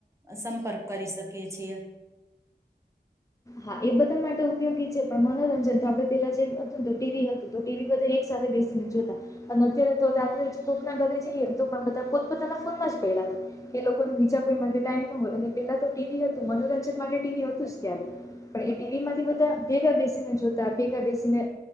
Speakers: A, on the right; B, on the left.
A: સંપર્ક કરી શકીએ છીએ
B: હા એ બધા માટે ઉપયોગી છે પણ મનોરંજન તો આપડે પેલા જે હતુંને તો ટીવી હતું તો ટીવી બધા એક સાથે બેસીને જોતા અને અત્યારે તો આપણે કોકના ઘરે જઈએને તો પણ બધા પોતપોતાના ફોનમાં જ પડ્યા હોય કે એ લોકોને બીજા કોઈ માટે ટાઈમ ન હોય અને પેલા તો ટીવી હતું મનોરંજન માટે ટીવી હતું જ ત્યારે પણ એ ટીવી માંથી બધા ભેગા બેસીને જોતા ભેગા બેસીને